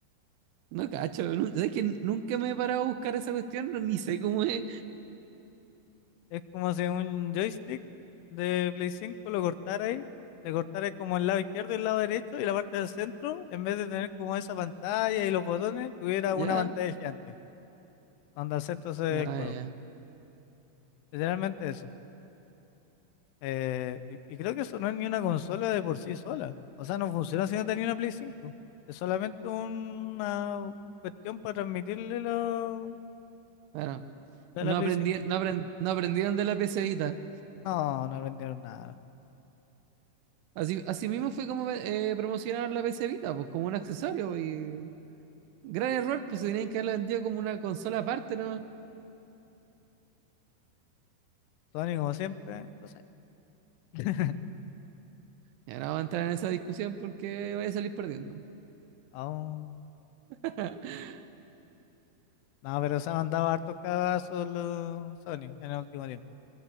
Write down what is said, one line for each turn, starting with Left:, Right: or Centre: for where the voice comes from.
Right: No cacho, nu- ¿sabes que nunca me he parado a buscar esa cuestión? No, ni sé cómo es.
Left: Es como si un joystick de Play 5 lo cortara ahí, le cortara como el lado izquierdo y el lado derecho y la parte del centro, en vez de tener como esa pantalla y los botones, tuviera
Right: ¿Ya?
Left: una pantalla gigante, donde al centro se ve
Right: Ah,
Left: el juego.
Right: ya.
Left: Literalmente eso. Eh, y, y creo que eso no es ni una consola de por sí sola. O sea, no funciona si no tenía una Play 5. Es solamente una cuestión para transmitirle lo,
Right: Bueno,
Left: la,
Right: no
Left: la Play
Right: aprendí,
Left: 5.
Right: no aprend- no aprendieron de la PC Vita.
Left: No, no aprendieron nada.
Right: Así, así mismo fue como eh, promocionaron la PC Vita, pues como un accesorio. pues, y- Gran error, pues se tenían que haberla vendido como una consola aparte, ¿no?
Left: Sony como siempre, entonces, <laughs>
Right: Y ahora vamos a entrar en esa discusión porque voy a salir perdiendo.
Left: aún...
Right: <laughs>
Left: No, pero se han mandado hartos cagazos los Sony en el último tiempo,